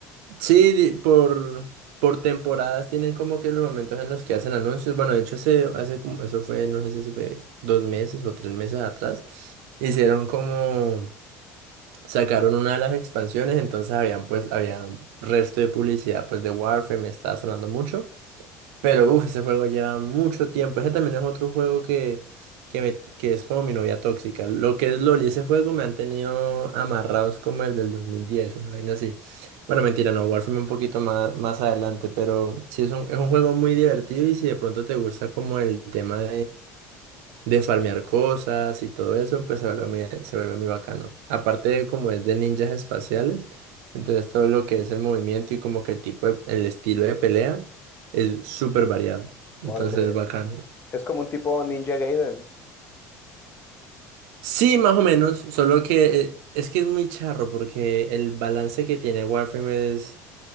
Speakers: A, on the right; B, on the left.
A: sí, di- por, por temporadas tienen como que los momentos en los que hacen anuncios. Bueno, de hecho, hace, hace como, eso fue, no sé si eso fue dos meses o tres meses atrás, hicieron como, sacaron una de las expansiones, entonces habían pues, había resto de publicidad pues de Warframe, estaba sonando mucho. Pero uff, ese juego lleva mucho tiempo. Ese también es otro juego que, que, me- que es como mi novia tóxica. Lo que es LOL y ese juego me han tenido amarrados como el del 2010 una vaina así. Bueno, mentira, no, Warframe un poquito más, más adelante, pero sí es un, es un juego muy divertido y si de pronto te gusta como el tema de farmear cosas y todo eso, pues se vuelve muy, se vuelve muy bacano. Aparte de como es de ninjas espaciales, entonces todo lo que es el movimiento y como que el tipo de- el estilo de pelea es súper variado. Entonces
B: Órale,
A: es bacano.
B: es como un tipo Ninja Gaiden.
A: Sí, más o menos, solo que eh, es que es muy charro porque el balance que tiene Warframe es